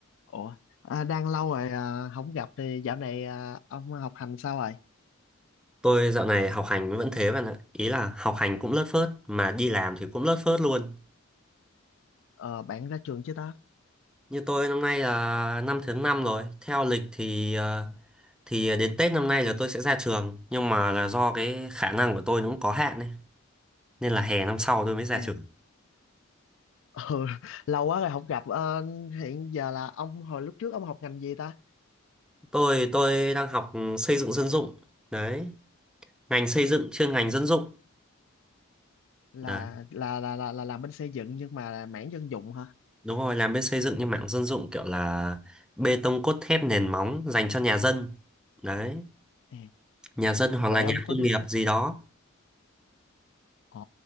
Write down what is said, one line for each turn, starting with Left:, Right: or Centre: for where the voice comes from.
Left: Ủa, à, đang lâu rồi à, không gặp thì dạo này à, ông học hành sao rồi?
Centre: Tôi dạo này học hành vẫn thế bạn ạ. Ý là học hành cũng lất phớt, mà đi làm thì cũng lất phớt luôn.
Left: Ờ, bạn ra trường chưa ta?
Centre: Như tôi năm nay là năm thứ năm rồi. Theo lịch thì ờ, thì đến Tết năm nay là tôi sẽ ra trường. Nhưng mà là do cái khả năng của tôi nó cũng có hạn ấy. Nên là hè năm sau tôi mới ra
Left: À.
Centre: trường.
Left: Ừ, <laughs> lâu quá rồi không gặp. Ờ, hiện giờ là ông hồi lúc trước ông học ngành gì ta?
Centre: Tôi tôi đang học xây dựng dân dụng. Đấy, ngành xây dựng chuyên ngành dân dụng.
Left: Là
Centre: Đấy,
Left: là là là, là làm bên xây dựng nhưng mà là mảng dân dụng hả?
Centre: đúng rồi, làm bên xây dựng nhưng mảng dân dụng kiểu là bê tông cốt thép nền móng dành cho nhà dân. Đấy,
Left: À,
Centre: nhà dân hoặc
Left: vậy
Centre: là nhà
Left: ông có
Centre: công
Left: đi?
Centre: nghiệp gì đó.
Left: Ờ,